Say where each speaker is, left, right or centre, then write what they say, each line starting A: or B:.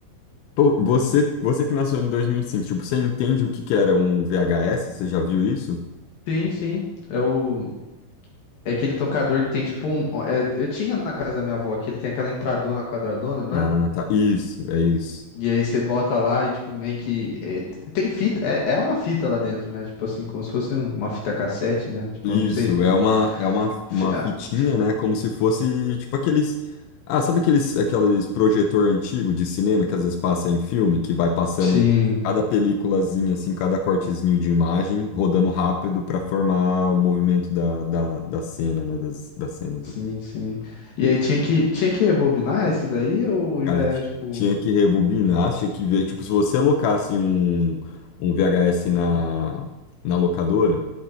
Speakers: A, on the left (about 80°); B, on the left (about 65°).
A: Pô, você, você que nasceu em 2005, tipo, você entende o que que era um VHS? Você já viu isso?
B: Sim, sim. É o. É aquele tocador que tem tipo um. é, eu tinha na casa da minha avó, que ele tem aquela entradona quadradona, não
A: Ah,
B: é?
A: tá. Isso, é isso.
B: E aí você bota lá e, tipo, meio que. é, tem fita. É, é uma fita lá dentro, né? Tipo assim, como se fosse um, uma fita cassete, né? Tipo,
A: Isso,
B: eu não sei explicar.
A: é uma, é uma,
B: Fi-
A: uma
B: ah,
A: fitinha,
B: fi-
A: né? Como se fosse, tipo, aqueles... Ah, sabe aqueles, aqueles projetor antigo de cinema que às vezes passa em filme, que vai passando
B: Sim,
A: cada peliculazinha, assim, cada cortezinho de imagem, rodando rápido para formar o movimento da, da, da cena, né? Das, das cenas.
B: sim, sim. E aí tinha que, tinha que rebobinar esse daí ou
A: Cara,
B: já era,
A: ti-
B: tipo.
A: tinha que rebobinar, tinha que ver. Tipo, se você alocasse um, um VHS na, na locadora,